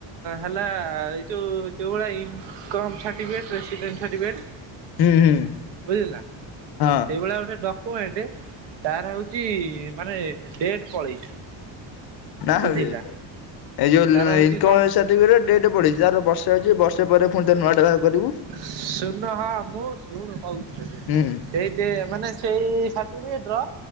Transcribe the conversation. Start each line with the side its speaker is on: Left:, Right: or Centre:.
Right: ହେଲା ଏଇ ଯଉ ଯୋଉ ଭଳି ଇନ୍କମ ସାର୍ଟିଫିକେଟ ରେସିଦେଣ୍ଟ ସାର୍ଟିଫିକେଟ
Left: ହୁଁ ହୁଁ
Right: ବୁଝିଲୁ ନା
Left: ହଁ
Right: ସେଇଭଳିଆ ଗୋଟେ ଡ କଣ ଏଠେ ତାର ହୋଉଛି ମାନେ ଡେଟ <unintelligible>
Left: କାହାର
Right: ବୁଝିଲା
Left: ବେ ଏଇ ଯୋଉ ଇନ
Right: ତାର ହଉଛି
Left: <unintelligible>
Right: କଣ
Left: <unintelligible> ଡେଟ୍ ବଢ଼ିଛି ତାର ବର୍ଷେ ହେଉଛି ବର୍ଷ ପରେ ପୁଣି ତ ନୂଆ ଟା <unintelligible>
Right: ଶୁଣୁ <unintelligible> ହଁ ଶୁଣୁ କହୁଚି ତତେ
Left: ହୁଁ
Right: ଏଇ ଯେ ସେଇ ମାନେ ସେଇ ସାର୍ଟିଫିକେଟ ର